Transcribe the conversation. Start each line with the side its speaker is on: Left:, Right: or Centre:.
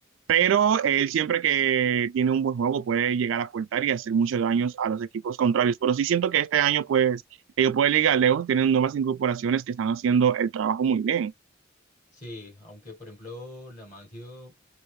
Right: Pero él siempre que tiene un buen juego puede llegar a aportar y hacer muchos daños a los equipos contrarios. Pero sí siento que este año, pues, ellos pueden llegar lejos, tienen nuevas incorporaciones que están haciendo el trabajo muy bien.
Left: Sí, aunque por ejemplo la Lamagio